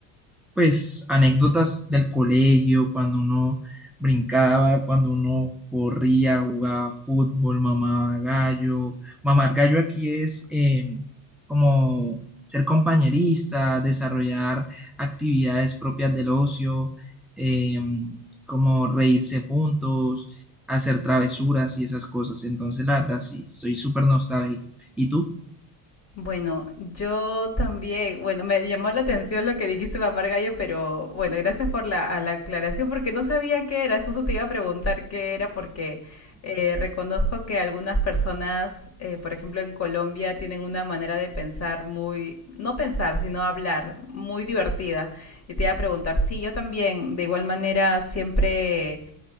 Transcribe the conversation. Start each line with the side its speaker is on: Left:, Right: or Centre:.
Centre: pues anécdotas del colegio, cuando uno brincaba, cuando uno corría, jugaba fútbol, mamaba gallo. Mamar gallo aquí es eh, como ser compañerista, desarrollar actividades propias del ocio, eh, como reírse juntos, hacer travesuras y esas cosas. Entonces, la verdad, sí, soy súper nostálgico. ¿Y tú?
Left: Bueno, yo también, bueno, me llamó la atención lo que dijiste, mamar gallo, pero bueno, gracias por la, a la aclaración porque no sabía qué era, justo te iba a preguntar qué era porque eh, reconozco que algunas personas, eh, por ejemplo en Colombia, tienen una manera de pensar muy, no pensar, sino hablar, muy divertida. Y te iba a preguntar, sí, yo también, de igual manera, siempre